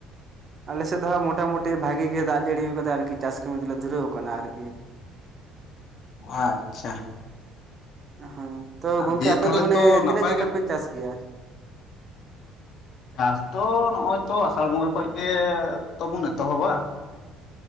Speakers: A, on the right; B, on the left.
A: ᱟᱞᱮᱥᱮᱫ ᱫᱚ ᱦᱟᱸᱜ ᱢᱚᱴᱟᱢᱩᱴᱤ ᱵᱷᱟᱜᱤ ᱜᱮ ᱫᱟᱜ ᱡᱟᱹᱲᱤ ᱟᱠᱟᱫᱟ ᱟᱹᱨᱠᱤ ᱪᱟᱥ ᱠᱟᱹᱢᱤ ᱫᱚᱞᱮ ᱫᱷᱩᱨᱟᱹᱣ ᱟᱠᱟᱱᱟ ᱟᱹᱨᱠᱤ ᱾ <unintelligible>
B: ᱟᱪᱪᱷᱟ
A: ᱦᱮᱸ ᱛᱚ ᱜᱚᱢᱠᱮ
B: ᱫᱤᱭᱮ
A: ᱟᱯᱮ
B: ᱛᱟᱦᱚᱞᱮ
A: ᱫᱚ ᱢᱟᱱᱮ
B: ᱛᱚ
A: ᱛᱤᱱᱟᱹᱜ
B: ᱱᱟᱯᱟᱭ
A: ᱡᱚᱠᱷᱟ
B: ᱜᱮ
A: ᱯᱮ ᱪᱟᱥ ᱜᱮᱭᱟ?
B: ᱪᱟᱥ ᱫᱚ ᱱᱚᱜ-ᱚᱭ ᱛᱚ ᱟᱥᱟᱲ ᱵᱚᱸᱜᱟ ᱠᱷᱚᱱ ᱜᱮᱛᱚ ᱵᱚᱱ ᱮᱛᱚᱦᱚᱵᱟ᱾